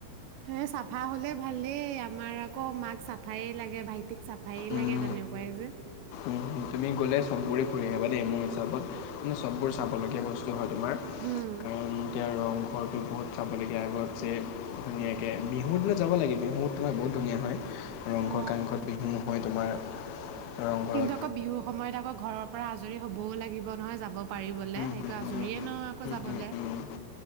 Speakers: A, on the right; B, on the left.
A: এ চাফা হলে ভালেই, আমাৰ আকৌ মাক চাফাইে লাগে, ভাইটি তিক চাফাইে
B: উম।
A: লাগে তেনেকুৱাই যে।
B: উম, তুমি গ'লে চববোৰে ঘুৰি আহিবা দেই, মোৰ হচাপত মানে চববোৰ চাবলগীয়া বস্তু। হয় তোমাৰ,
A: হম
B: কাৰণ এতিয়া ৰংঘৰটো বহুত চাবলগীয়া, আগত যে ধুনীয়াকৈ বিহুত যাব লাগে বিহু তোমাৰ বহুত ধুনীয়া হয়। ৰংঘৰ
A: অ
B: কাৰেংঘৰত বিহু নহয় তোমাৰ ৰংঘৰত
A: কিন্তু আকৌ বিহুৰ সময়ত আকৌ ঘৰত পৰা আজৰি হবও লাগিব নহয় যাব পাৰিবলৈ।
B: উম
A: এইটো
B: উম
A: আজৰিয়ে
B: উম
A: নহয় আকৌ
B: উম
A: যাবলৈ।
B: উম উম উম।